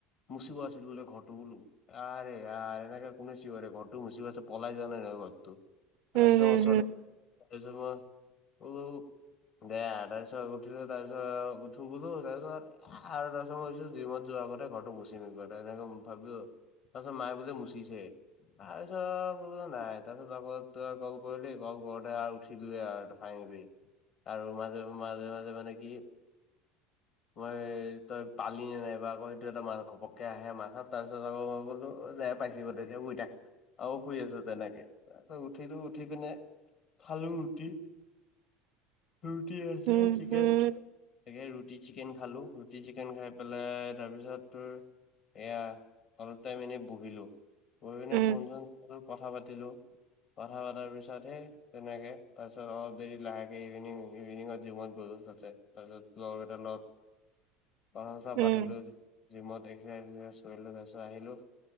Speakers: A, on the left; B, on the right.
A: মুচিব আছিল বোলে ঘৰটো। বোলো, আৰে ইয়াৰ এনেকে কোনে চিঞৰে ঘৰটো মুচিব আছে পলাই যোৱাৰ নাই ন ঘৰতটো।
B: উম
A: একদম
B: হম
A: ওচৰতে ওনাই ব <unintelligible> দে, তাৰ পিছত উঠিলোঁ তাৰপিছত উঠো বলো তাৰপিছত আৰু তাৰ পিছত মই জিম মত যোৱাৰ আগতে ঘৰটো মচি মি এ এনেক ভাবিলোঁ, তাৰপিছত মায়ে বোলে মুচিছে। তাৰ পিছত বো নাই তাৰপিছত আগ তই ক'ল কৰিলি ক'ল কৰতে আৰু উঠিলোঁ আৰু। ভাঙিব আৰু মাজে মাজে, মাজে মানে কি মই, তই পালি নাইবা আকৌ' সেইটো এটা মা ঘপককে আহে মাথাত হয়। তাৰ পিছত আকৌ ক'লো যে পাইছে তেতিয়া শুই থাক। আৰু শুই আছোঁ তেনেকে তাৰপাছত উঠিলোঁ উঠি পিনে খালো ৰুটি।
B: <inaudible>
A: ৰুটি আছিলে
B: হম
A: চিকেন।
B: হম
A: তাকে, ৰুটি চিকেন খালোঁ। ৰুটি চিকেন খাই পেলাই তাৰপিছত তোৰ এয়া অলপ টাইম এনেই বহিলো। বহি পিনে
B: উম
A: ফোন চোন কথা পাতিলোঁ। কথা পতাৰ পিছতহে তেনেকে তাৰপিছত অলপ দেৰি লাহেকে ইভিনিং ইভিনিঙত জিমত গলোঁ তাতে। তাৰপিছত লগৰ কেইটাৰ লগত
B: <inaudible>
A: কথা চথা
B: উম
A: পাতিলো জিমত এক্সাৰচাইজ <unintelligible> কৰিলো তাত। চ আহিলো